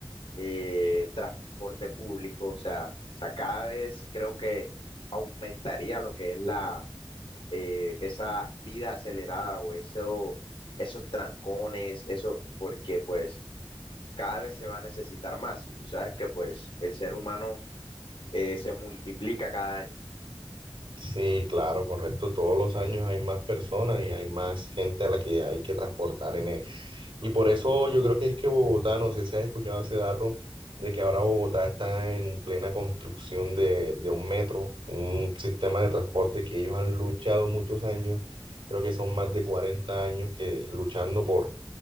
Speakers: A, on the left; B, on the right.
A: eh, transporte público, o sea, o sea, cada vez creo que aumentaría lo que es la eh, esa vida acelerada o eso, esos trancones, eso, porque pues cada vez se va a necesitar más y tú sabes que pues el ser humano eh, se multiplica cada año.
B: Sí, claro, correcto. Todos los años hay más personas y hay más gente a la que hay que transportar en él. Y por eso yo creo que es que Bogotá, no sé si has escuchado ese dato, de que ahora Bogotá está en plena construcción de, de un metro, un sistema de transporte que ellos han luchado muchos años. Creo que son más de 40 años que luchando por